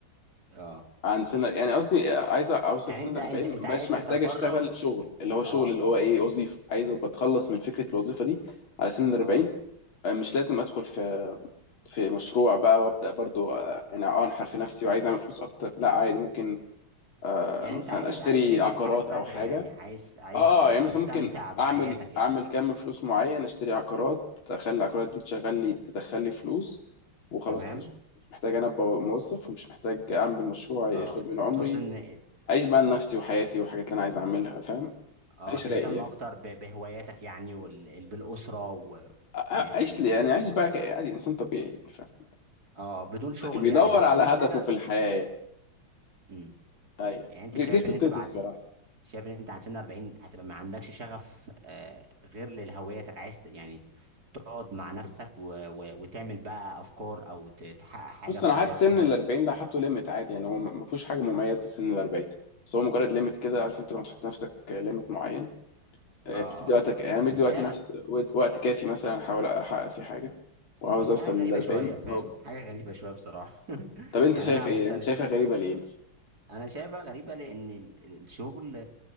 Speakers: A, on the right; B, on the left.
A: اه
B: عن سنة يعني قصدي عايز اوصل
A: يعني
B: سن
A: انت
B: 40
A: انت انت
B: مبقاش
A: عايز تتفرغ
B: محتاج اشتغل شغل اللي هو
A: اه
B: شغل اللي
A: اه
B: هو ايه وظيفة عايز ابقى اتخلص من فكرة الوظيفة دي على سن 40
A: اه
B: مش لازم ادخل في في مشروع بقى وابدا برضو آه، يعني انحر في نفسي وعايز اعمل فلوس اكتر لا عادي ممكن آه،
A: يعني
B: مثلا
A: انت عايز
B: اشتري
A: عايز تنجز
B: عقارات
A: حالك بدري
B: او حاجة
A: يعني عايز عايز
B: اه
A: ت- تستمتع
B: آه، يعني مثلا ممكن
A: بحياتك
B: اعمل
A: يعني
B: اعمل كم فلوس معين اشتري عقارات اخلي العقارات دي تشغل لي تدخل لي فلوس وخلاص
A: تمام
B: كده مش محتاج انا ابقى موظف ومش محتاج اعمل مشروع
A: اه
B: ياخد من عمري
A: تقصد ان
B: اعيش بقى لنفسي وحياتي والحاجات اللي انا عايز اعملها فاهم
A: اه
B: اعيش
A: تهتم
B: رايق يعني
A: اكتر ب- بهواياتك يعني وبالاسره و
B: أ- أ-
A: يعني
B: اعيش لي يعني اعيش بقى كأي- عادي انسان طبيعي يعني فاهم
A: اه بدون شغل
B: بيدور
A: يعني بس
B: على
A: دي مش
B: هدفه
A: حاجه
B: في الحياه يعني.
A: مم.
B: ايوه
A: يعني انت
B: دي,
A: شايف
B: دي خطتي
A: ان انت بعد
B: الصراحه
A: شايف ان انت عند سن 40 هتبقى ما عندكش شغف آه، غير لهويتك عايز ت- يعني تقعد مع نفسك و... و... وتعمل بقى افكار او ت- تحقق حاجه
B: بص
A: في
B: انا
A: طبيعه
B: حاطط سن
A: شغلك
B: ال 40 ده حاطه ليميت عادي يعني هو م- ما فيهوش حاجه مميزه سن ال 40 بس هو مجرد ليميت كده عارف انت لما تحط لنفسك ليميت معين آه،
A: اه
B: بتدي
A: اه
B: وقتك يعني أنا مدي
A: بس
B: وقتي
A: هي
B: نفس وقت وقت كافي مثلا احاول احقق فيه حاجه وعاوز
A: بس
B: اوصل
A: هي حاجه غريبه
B: لل 40
A: شويه فاهم
B: موجود
A: حاجه غريبه شويه بصراحه <laughs>
B: طب انت
A: يعني
B: شايف
A: انا مختلف
B: ايه؟ انت شايفها غريبه ليه مثلا؟
A: انا شايفها غريبه لان ال- ال- الشغل